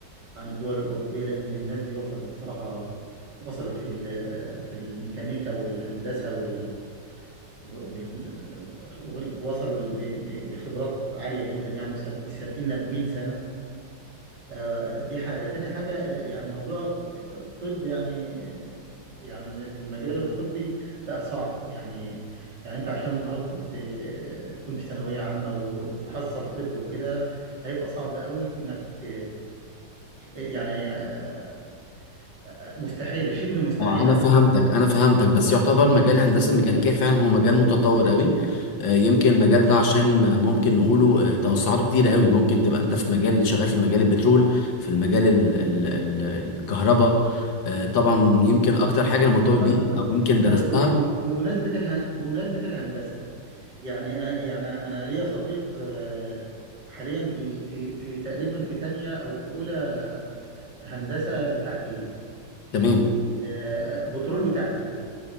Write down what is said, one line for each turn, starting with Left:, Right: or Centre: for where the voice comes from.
Right: عن الدول الاوروبيه لان الناس دي وصلت بصراحه وصلت في ال- في الميكانيكا والهندسه وال وال وال- وصلوا ل- ل- لخبرات عاليه جدا يعني وسابقنا ب 100 سنه آه، دي حاجة تاني حاجة يعني موضوع الطب يعني يعني المجال الطبي بقى صعب يعني يعني انت عشان النهاردة ت- ت- تكون في ثانوية عامة و- وتحصل طب وكده هيبقى صعب قوي انك ت يعني آه، آه، مستحيلة شبه مستحيلة
Left: اه انا
Right: يعني
Left: فهمتك انا فهمتك بس يعتبر مجال الهندسه الميكانيكيه فعلا هو مجال متطور قوي آه، يمكن المجال ده عشان آه، ممكن نقوله آه، توسعاته كتير قوي ممكن تبقى انت في مجال شغال في مجال البترول في المجال ال ال ال الكهرباء آه، طبعا يمكن اكتر حاجه انا مرتبط
Right: طيب
Left: بيه
Right: طيب
Left: او يمكن درستها
Right: طيب ب- ب- بمناسبة اله- بمناسبة الهندسة يعني آه، يعني أنا ليا صديق آه، حاليا بي- في في تقريبا في تانية أو في أولى هندسة تعدين
Left: تمام
Right: آه، بترول وتعدين